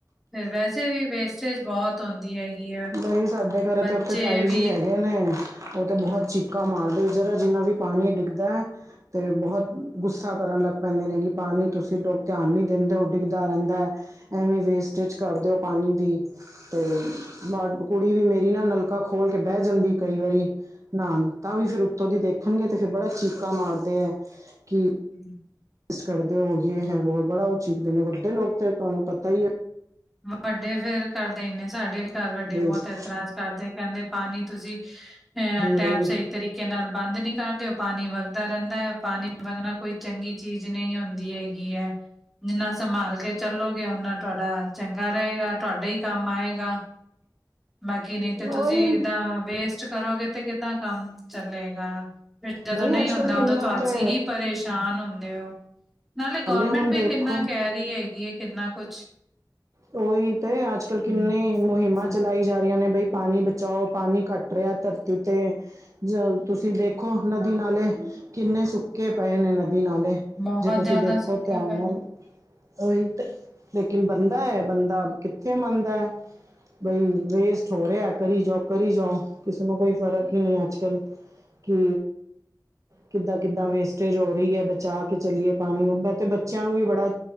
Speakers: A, in the centre; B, on the right.
A: ਫੇਰ ਵੈਸੇ ਵੀ ਵੇਸਟੇਜ ਬਹੁਤ ਹੁੰਦੀ ਹੈਗੀ। ਹੈ
B: ਬਾਈ ਸਾਡੇ ਘਰੇ
A: ਬੱਚੇ
B: ਤੇ ਉੱਥੇ ਤਾਈ ਜੀ
A: ਵੀ
B: ਹੈਗੇ ਨੇ ਉਹ ਤੇ
A: ਹਮ
B: ਬਹੁਤ ਚੀ ਕਾ ਮਾਰਦੇ ਜਰਾ ਜਿੰਨਾ ਵੀ ਪਾਣੀ ਡਿੱਗਦਾ। ਤੇ ਬਹੁਤ ਗੁੱਸਾ ਕਰਨ ਲੱਗ ਪੈਂਦੇ ਨੇ ਕਿ ਪਾਣੀ ਤੁਸੀਂ ਲੋਗ ਧਿਆਨ ਨਹੀਂ ਦਿੰਦੇ ਹੋ ਡਿੱਗਦਾ ਰਹਿੰਦਾ। ਐਵੇਂ ਵੇਸਟੇਜ ਕਰਦੇ ਓ ਪਾਣੀ ਦੀ, ਤੇ ਬਾਦ ਕੁੜੀ ਵੀ ਮੇਰੀ ਨਾ ਨਲਕਾ ਖੋਲ ਕੇ ਬਹਿ ਜਾਂਦੀ ਕਈ ਵਾਰੀ ਨਾਨ, ਤਾਂ ਵੀ ਫੇਿਰ ਉੱਤੋਂ ਦੀ ਦੇਖਣਗੇ ਤੇ ਫਿਰ ਬੜਾ ਚੀਕਾ ਮਾਰਦੇ ਹੈ ਕਿ
A: <inaudible>
B: ਇਸ ਘਰ ਦੇ ਉਹ ਜੇ ਹੈ ਵੋ ਹੈ, ਬੜਾ ਉਹ ਚੀਕਦੇ ਨੇ ਵੱਡੇ ਲੋਕ ਤੇ ਤੁਹਾਨੂੰ ਪਤਾ ਹੀ ਆ।
A: ਵੱਡੇ ਫੇਰ ਕਰਦੇ ਈ ਨੇ, ਸਾਡੇ ਵੀ ਘਰ ਵੱਡੇ
B: ਵੇਸਟ
A: ਬਹੁਤ ਇਤਰਾਜ਼ ਕਰਦੇ ਕਹਿੰਦੇ ਪਾਣੀ ਤੁਸੀਂ ਅ
B: ਹੀ
A: ਟੈਪ
B: ਉਹੀ
A: ਸਹੀ ਤਰੀਕੇ ਨਾਲ ਬੰਦ ਨੀ ਕਰਦੇ ਓ। ਪਾਣੀ ਵਗਦਾ ਰਹਿੰਦਾ ਹੈ ਪਾਣੀ ਵਗਣਾ ਕੋਈ ਚੰਗੀ ਚੀਜ਼ ਜ਼ ਨਹੀਂ ਹੁੰਦੀ ਹੈਗੀ ਐ, ਜਿੰਨਾ ਸੰਭਾਲ ਕੇ ਚੱਲੋਗੇ ਓਨਾ ਤੁਹਾਡਾ ਚੰਗਾ ਰਹੇਗਾ, ਤੁਹਾਡੇ ਹੀ ਕੰਮ ਆਏਗਾ। ਬਾਕੀ ਨਹੀਂ ਤੇ ਤੁਸੀਂ
B: ਉਹੀ
A: ਏਦਾਂ ਵੇਸਟ ਕਰੋਗੇ ਤੇ ਕਿੱਦਾਂ ਕੰਮ ਚੱਲੇਗਾ ਫਿਰ ਜਦੋਂ
B: ਬਈ
A: ਨਹੀਂ
B: ਅੱਜ
A: ਹੁੰਦਾ
B: ਕੱਲ ਕਿੰਨਾ
A: ਉਦੋਂ ਤੋਂਅਸੀ
B: ਤੇ
A: ਹੀ ਪਰੇਸ਼ਾਨ ਹੁੰਦੇ ਹੋ। ਨਾਲੇ ਗੌਰਮੈਂਟ
B: ਹੁਣ
A: ਵੀ
B: ਦੇਖੋ
A: ਕਿੰਨਾ ਕਹਿ ਰਹੀ ਹੈਗੀ ਏ, ਕਿੰਨਾ ਕੁਛ
B: ਉਹੀ ਤੇ ਅੱਜ ਕੱਲ੍ਹ ਕਿੰਨੇ
A: ਹਮ
B: ਮੁਹਿੰਮਾਂ
A: ਹਮ
B: ਚਲਾਈ ਜਾ ਰਹੀਆਂ ਨੇ ਬਈ ਪਾਣੀ ਬਚ ਚਾਓ ਪਾਣੀ ਘਟ ਰਿਹਾ ਧਰਤੀ ਤੇ ਜ ਤੁਸੀਂ ਦੇਖੋ ਨਦੀ ਨਾਲੇ ਕਿੰਨੇ ਸੁੱਕੇ ਪਏ ਨੇ ਨਦੀ ਨਾਲੇ
A: ਬਹੁਤ
B: ਜੇ ਤੁਸੀਂ
A: ਜ਼ਿਆਦਾ
B: ਦੇਖੋ
A: ਸੁੱਕੇ
B: ਧਿਆਨ
A: ਪਏ
B: ਨਾਲ
A: ਨੇ।
B: ਉਹੀ ਤੇ ਲੇਕਿਨ ਬੰਦਾਐ, ਬੰਦਾ ਕਿੱਥੇ ਮੰਨਦਾ। ਬਈ ਵੇਸਟ ਹੋ ਰਿਹਾ। ਕਰੀ ਜਾਓ, ਕਰੀ ਜਾਓ ਕਿਸੇ ਨੂੰ ਕੋਈ ਫਰਕ ਹੀ ਨਹੀਂ ਅੱਜ ਕੱਲ। ਕੀ ਕਿੱਦਾਂ ਕਿੱਦਾਂ ਵੇਸਟੇਜ ਹੋ ਰਹੀ ਏ। ਬਚਾ ਕੇ ਚੱਲੀਏ ਪਾਣੀ ਨੂੰ, ਮੈਂ ਤੇ ਬੱਚਿਆਂ ਨੂੰ ਵੀ ਬੜਾ